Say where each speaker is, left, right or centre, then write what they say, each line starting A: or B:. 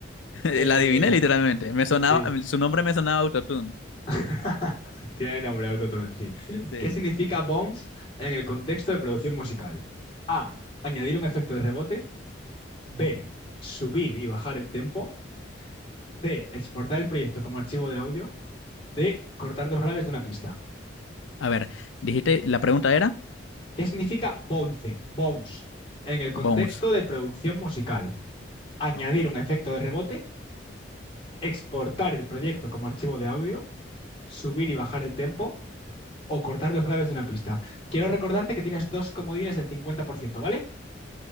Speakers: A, on the left; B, on the left.
A: <laughs>
B: Eh,
A: La adiviné literalmente. Me sonaba,
B: sí,
A: su nombre me sonaba autotune.
B: <laughs> tiene nombre autotune, sí.
A: Sí.
B: ¿Qué significa bounce en el contexto de producción musical? A. Añadir un efecto de rebote. B. Subir y bajar el tempo. C. Exportar el proyecto como archivo de audio. D. Cortar dos graves de una pista.
A: A ver, dijiste, la pregunta era
B: ¿Qué significa bounce? Bounce. En el contexto
A: Bones.
B: de producción musical. Añadir
A: Ok.
B: un efecto de rebote. Exportar el proyecto como archivo de audio. Subir y bajar el tempo. o cortar los graves de una pista. Quiero recordarte que tienes dos comodines del 50%, ¿vale?